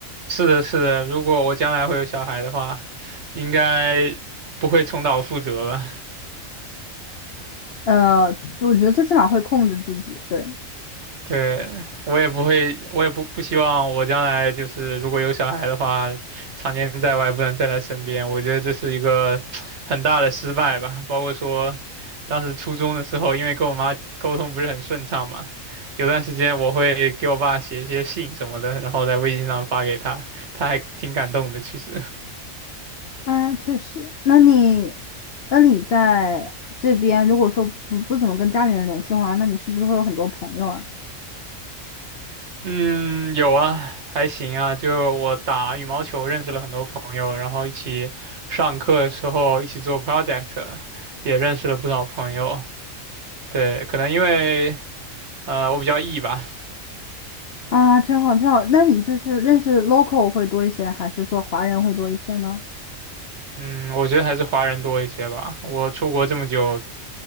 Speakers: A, on the right; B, on the left.
A: 是的，是的，如果我将来会有小孩的话，应该不会重蹈覆辙吧。
B: 呃，我觉得最起码会控制自己，对。
A: 对，我也不会，我也不不希望我将来就是如果有小孩的话，常年在外不能在他身边，我觉得这是一个很大的失败吧。包括说，当时初中的时候，因为跟我妈沟通不是很顺畅嘛，有段时间我会给我爸写一些信什么的，然后在微信上发给他，他还挺感动的，其实。
B: 啊，确实。那你，那你在这边，如果说不不怎么跟家里人联系的话，那你是不是会有很多朋友啊？
A: 嗯，有啊，还行啊。就我打羽毛球认识了很多朋友，然后一起上课的时候一起做 project，也认识了不少朋友。对，可能因为呃我比较 E 吧，
B: 啊，真好，真好。那你就是认识 local 会多一些，还是说华人会多一些呢？
A: 嗯，我觉得还是华人多一些吧。我出国这么久，